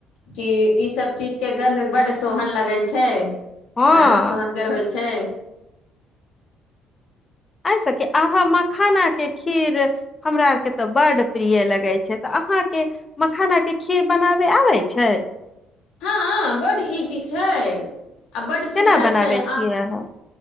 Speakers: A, on the left; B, on the left.
A: कि इ सभ चीज के गन्ध बड्ड सोहन लगे छै
B: हँ
A: ह सोहनगर होइ छै
B: एहिसँ कि अहाँ मखानाके खीर हमरा आरके तऽ बड प्रिय लगै छै तऽ अहाँकेँ मखाना के खीर बनाबे आबै छै।
A: हँ बड़ इजी छै आ बड़ सुविधा
B: केना बनाबै
A: छै आ
B: छियै अहाँ